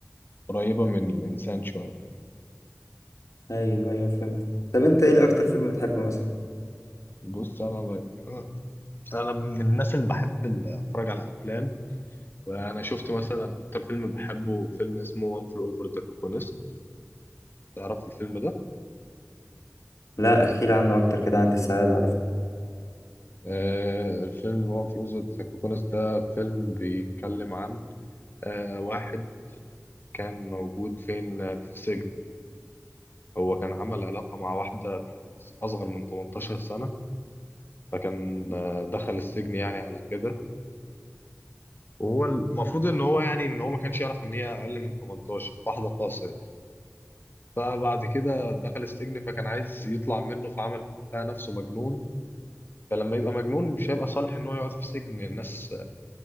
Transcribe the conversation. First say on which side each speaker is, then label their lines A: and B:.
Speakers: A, on the left; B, on the left.
A: قريبة من الانسان شوية
B: أيوه أيوه فهمت طب أنت إيه أكتر فيلم بتحبه مثلا
A: بص انا بقى انا من الناس اللي بحب ال- اتفرج على افلام وانا شفت مثلا اكتر فيلم بحبه فيلم اسمه وان فلو اوفر ذا كوكونست تعرف الفيلم ده
B: لا احكي لي عنه أكتر كده عندي استعداد أعرفه
A: آه الفيلم وان فلو اوفر ذا كوكونست ده فيلم بيتكلم عن آه واحد كان موجود فين آه، في سجن هو كان عمل علاقة مع واحدة اصغر من 18 سنة فكان آه، دخل السجن يعني على كده وهو المفروض ان هو يعني ان هو ما كانش يعرف ان هي اقل من 18 واحدة قاصر فبعد كده دخل السجن فكان عايز يطلع منه فعمل بتاع نفسه مجنون فلما يبقى مجنون مش هيبقى صالح ان هو يقعد في السجن الناس